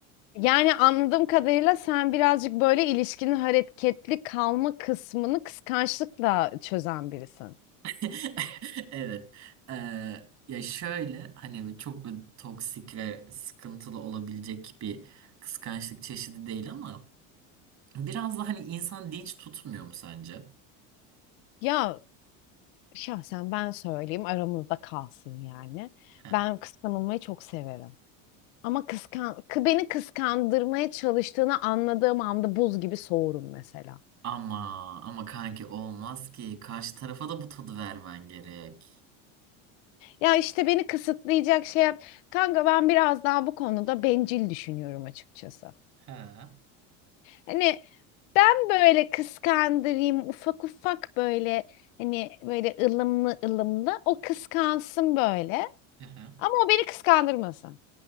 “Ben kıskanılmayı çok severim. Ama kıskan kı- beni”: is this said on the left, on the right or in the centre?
Left